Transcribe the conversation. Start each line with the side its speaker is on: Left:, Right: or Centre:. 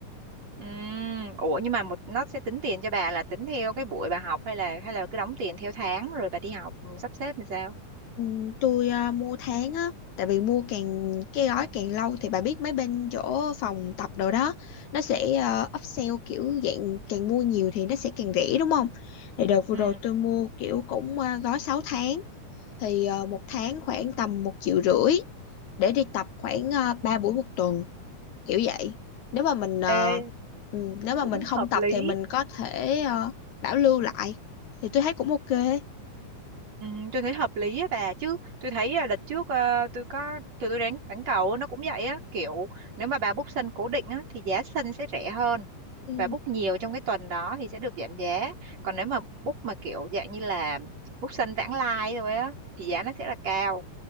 Right: Ừm, ủa nhưng mà một nó sẽ tính tiền cho bà là tính theo cái buổi bà học hay là hay là cứ đóng tiền theo tháng rồi bà đi học ừ, sắp xếp làm sao
Left: Ừ, tôi ờ, mua tháng á tại vì mua càng cái gói càng lâu thì bà biết mấy bên chỗ phòng tập đồ đó nó sẽ uh, upsell kiểu dạng càng mua nhiều thì nó sẽ càng rẻ đúng không thì đợt vừa
Right: Ừ.
Left: rồi tôi mua kiểu cũng ờ, gói 6 tháng thì ờ, một tháng khoảng tầm một triệu rưỡi để đi tập khoảng uh, 3 buổi một tuần kiểu vậy nếu mà mình ờ,
Right: Ê,
Left: ừ, nếu mà
Right: cũng
Left: mình không
Right: hợp
Left: tập
Right: lý.
Left: thì mình có thể ờ, bảo lưu lại thì tôi thấy cũng ok
Right: Ừ, tôi thấy hợp lý á bà chứ. Tôi thấy là đợt trước ờ, tôi có tụi tôi đánh đánh cầu nó cũng vậy á, kiểu nếu mà bà book sân cố định á thì giá sân sẽ rẻ hơn.
Left: Ừ.
Right: Bà book nhiều trong cái tuần đó thì sẽ được giảm giá. Còn nếu mà book mà kiểu dạng như là book sân vãng lai thôi á thì giá nó sẽ là cao.